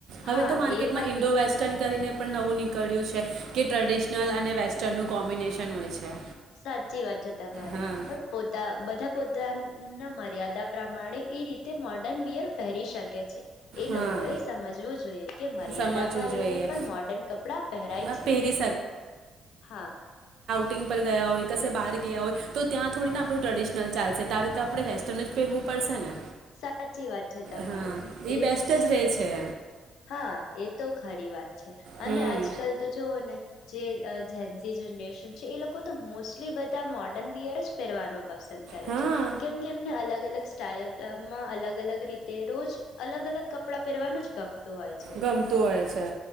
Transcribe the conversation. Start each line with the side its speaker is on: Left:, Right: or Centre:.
Right: હવે
Left: હા
Right: તો માર્કેટમાં
Left: એ વાત
Right: ઇન્ડો વેસ્ટર્ન કરીને પણ નવું નીકળ્યું છે. કે ટ્રેડિશનલ અને વેસ્ટર્ન ડનું કોમ્બિનેશન હોય છે.
Left: સાચી વાત છે તમારી
Right: હા
Left: પણ પોતા બધા પો તા ના મર્યાદા પ્રમાણે એ રીતે મોર્ડર્ન વયર પહેરી શકે છે. એ
Right: હા
Left: લોકોએ સમજવું જોઈએ કે મર્યાદામાં
Right: સમજવું
Left: રહીને
Right: જોઈએ
Left: પણ મોર્ડર્ન કપડાં પહેરાય
Right: આ
Left: છે
Right: પહેરી
Left: હા.
Right: ટિંગ પર ગયા હોય કશે બહાર ગયા હોય તો ત્યાં થોડી ને આપણું ટ્રેડિશનલ ચાલશે ત્યારે તો આપણે વેસ્ટર્ન જ ફેરવું પડશે ને.
Left: સાચી વાત છે તમારી.
Right: હા
Left: એ
Right: બેસ્ટ
Left: વાત તો
Right: જ રહે
Left: ખરી
Right: છે
Left: હા એ તો ખરી વાત. છે
Right: હમ
Left: અને આજકાલ તો જોવઓ ને જે અ જેન્જી જનરેશન છે એ લોકો તો મોસ્ટલી બધા મોડર્ન વિયર જ પહેરવાનું પરશે. પ કરે
Right: હા
Left: છે કેમ કે એમને અલગ અલગ સ્ટઇલ અ માં અલગ અલગ રીતે રોજ અલગ અલગ કપડાં પહેરવાનું જ ગમ તુ હોય છે
Right: ગમતું હોય છે